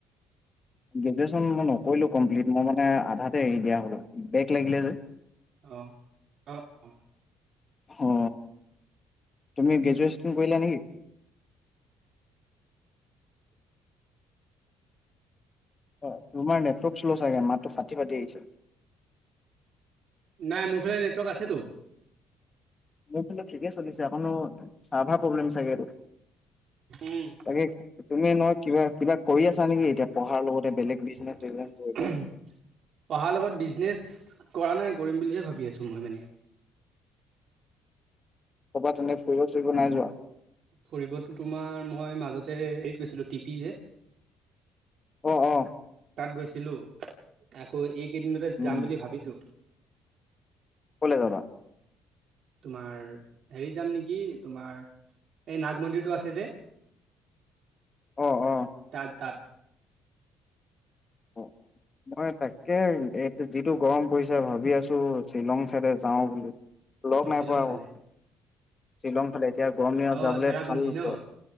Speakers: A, on the left; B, on the right.
A: গ্ৰেজুৱেচন মই নকৰিলো কমপ্লিট মই মানে আধাতে এৰি দিয়া হলো বেগ লাগিলে যে।
B: অ অ অ।
A: অ তুমি গ্ৰেজুৱেচন কৰিলা নেকি? অ তোমাৰ নেটক চ্ল' চাগে মাতটো ফাটি ফাটি আহিছে।
B: নাই মোৰ ফালে নেটৱৰ্ক আছেতো।
A: খাল ঠিকে চলিছে আকো চাৰভাৰ প্ৰব্লেম চাগে এইটো।
B: উম
A: তাকে তুমি নহয় কিবা কিবা কৰি আছা নেকি এতিয়া পঢ়াৰ লগতে বেলেগ বিজনেচ
B: পঢ়াৰ
A: চিজনেচ ধৰি লোৱা?
B: লগত বিজনেচ। কৰা নাই কৰিম বুলিহে ভাবি আছো মই মানে।
A: ক'বাত তেনেকে ফুৰিব চোৰিব নাই যোৱা?
B: ফুৰিবতো তোমাৰ মই মাজতে এৰিত গৈছিলো টিপি যে।
A: অ অ।
B: তাত গৈছিলো আকৌ এইকেইদিনতে
A: উম,
B: যাম বুলি ভাবিছো।
A: কলে যাবা?
B: তোমাৰ হেৰিত যাম নেকি তোমাৰ এই নাগ মন্দিৰটো আছে যে।
A: আহ আহ।
B: তাত তাত
A: অ। মই তাকে এ যিটো গৰম পৰিছে ভাবি আছো শ্বিলং চাইডে যাও বুলি। লক
B: অ
A: নাই
B: শ্বিলং
A: পোৱা
B: ফালে
A: আক, শ্বিলং ফালে। এতিয়া গৰম দিনত
B: অ
A: যাবলে
B: চেৰাপুঞ্জী
A: ভাল লাগ
B: ন